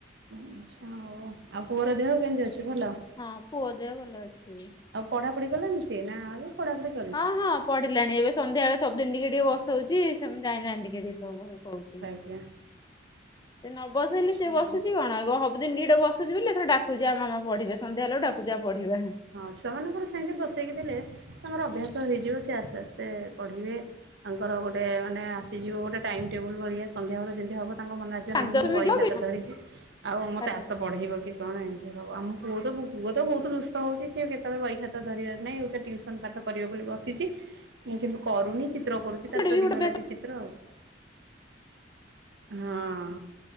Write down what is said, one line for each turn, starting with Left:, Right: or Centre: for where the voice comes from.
Right: ଆଚ୍ଛା ହଉ ଆଉ ପୁଅର ଦେହ କେମିତି ଅଛି ଭଲ?
Left: ହଁ ପୁଅ ଦେହ ଭଲ ଅଛି।
Right: ଆଉ ପଢା ପଢି କଲାଣିି ସେ ନା ଆଉ ପଢାପଢି
Left: ହଁ ହଁ ପଡିଲାଣି ଏବେ ସନ୍ଧ୍ୟାବେଳେ ସବୁଦିନ ଟିକେ ଟିକେ ବସଉଚି ସବୁ ଜାଣିଲାଣି ଟିକେ ଟିକେ ସବୁ। କହୁଚି ସେ
Right: ଆଜ୍ଞା
Left: ନ ବସେଇଲେ
Right: ଆଚ୍ଛା
Left: ସେ ବସୁଚି
Right: ହଉ
Left: କଣ? ହାଏବ ସବୁ ଦିନ ଟିକେ ଟିକେ ବସୁଚି ବୋଲି ଡାକୁଚି ଆ ମାମା ପଢ଼ିବେ ସନ୍ଧ୍ୟା ହେଲା ବେଳକୁ ଡାକୁଚି ଆ ପଢିବା।
Right: ହଁ ଛୁଆମାନଙ୍କର ସେମତି ବସେଇକି ଦେଲେ ତାଙ୍କର ଅଭ୍ୟାସ ହେଇଯିବ ସେ ଆସ୍ତେ ଆସ୍ତେ ପଢିବେ। ତାଙ୍କର ଗୋଟେ ମାନେ ଆସିଯିବ ଗୋଟେ ଟାଇମ ଟେବୁଲ ଭଳିଆ ସନ୍ଧ୍ୟାବେେଳେ ଯେମିତି ହବ ତାଙ୍କ ମନେ ଆସି ବ
Left: ପାଞ୍ଚ
Right: ନାହିଁ
Left: ଦଶ
Right: ମୁଁ
Left: ମିନିଟ୍
Right: ବହି
Left: ହଁ
Right: ଖାତା ଧରିକି ଆଉ ମୋତେ
Left: ପାଠ ପଢିବା।
Right: ଆଶ ପଢେଇବ କି କଣ ଏମତି ସବୁ ଆମ ପୁଅ ତ ପୁଅ ତ ବହୁତ ଦୁସ୍ ଟ ହେଉଚି। ସିଏ କେତେବେଳେ ବହିଖାତା ଧରିବାର ନାହିଁ। ଅହିକା ଟ୍ୟୁସନ୍ ପାଠ କରିବ ବୋଲି ବସିଚି। ଉଁ କିନ୍ତୁ କରୁନି ଚିତ୍ର କରୁଚି
Left: ସେଇଟା
Right: ତାର ତ
Left: ବି
Right: ଦିନ
Left: ଗୋଟେ ବେଷ୍ଟ
Right: ରାତି ଚିତ୍ର ଆଉ। ହଁ।